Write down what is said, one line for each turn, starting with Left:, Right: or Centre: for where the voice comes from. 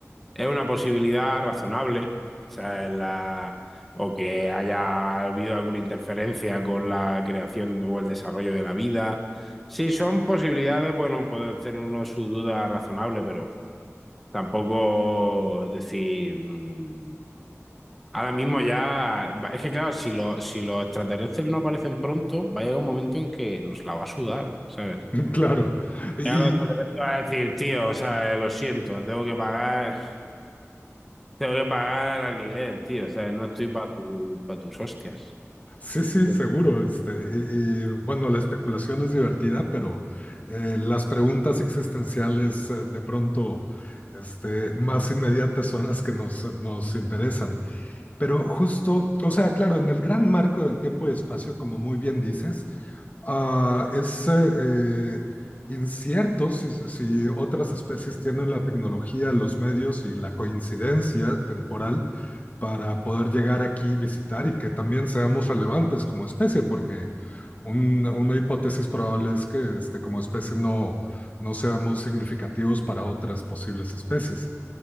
Centre: Es una posibilidad razonable, o sea, la- o que haya habido alguna interferencia con la creación o el desarrollo de la vida. Sí, son posibilidades, bueno, puede tener uno su duda razonable, pero tampoco decir, mm, ahora mismo ya, es que claro, si, lo- si los extraterrestres no aparecen pronto, va a llegar un momento en que nos la va a sudar, ¿sabes?
Left: <laughs> Claro, y,
Centre: Ya los extraterrestres van a decir, tío, o sea, lo siento, tengo que pagar. Tengo que pagar el alquiler, tío. O sea, no estoy para tu, pa' tus hostias.
Left: Sí, sí,
Centre: Sí.
Left: seguro. Este, y, y, bueno, la especulación es divertida, pero eh, las preguntas existenciales eh, de pronto este, más inmediatas son las que nos, nos interesan. Pero justo, o sea, claro, en el gran marco del tiempo y espacio, como muy bien dices, ah, es eh, eh, incierto si, si otras especies tienen la tecnología, los medios y la coincidencia temporal para poder llegar aquí, visitar y que también seamos relevantes como especie, porque un- una hipótesis probable es que este, como especie no, no seamos significativos para otras posibles especies.